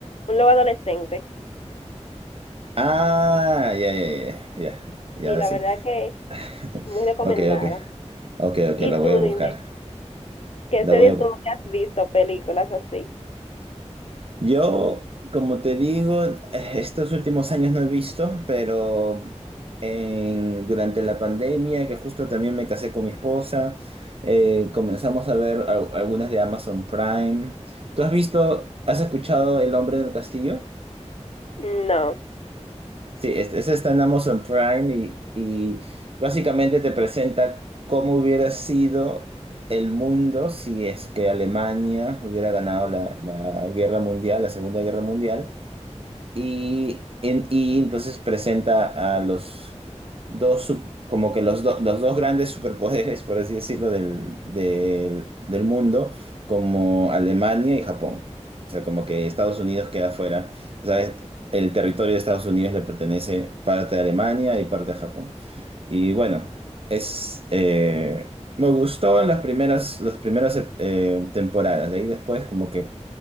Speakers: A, on the left (about 60°); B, on the right (about 50°).
A: un lobo adolescente.
B: Ah, ya, ya, ya, ya, ya,
A: Sí,
B: ya,
A: la
B: sí.
A: verdad que
B: <laughs>
A: muy recomendada.
B: Ok, ok, ok, ok,
A: ¿Y
B: la voy
A: tú,
B: a buscar.
A: dime ¿Qué
B: La
A: series
B: voy a, bu-
A: como que has visto, películas así?
B: Yo, como te digo, eh, estos últimos años no he visto, pero en- durante la pandemia, que justo también me casé con mi esposa, eh, comenzamos a ver al- algunas de Amazon Prime. ¿Tú has visto, has escuchado El hombre del castillo?
A: No.
B: Sí, es- esa está en Amazon Prime y, y básicamente te presenta cómo hubiera sido el mundo si es que Alemania hubiera ganado la la guerra mundial, la Segunda Guerra Mundial y, en- y entonces presenta a los dos, sup- como que los, do- los dos grandes superpoderes, por así decirlo, del, del, del mundo, como Alemania y Japón. O sea, como que Estados Unidos queda fuera. O sea, es- el territorio de Estados Unidos le pertenece parte a Alemania y parte a Japón. Y bueno, es, eh, me gustó en las primeras, las primeras eh, temporadas. De ahí después, como que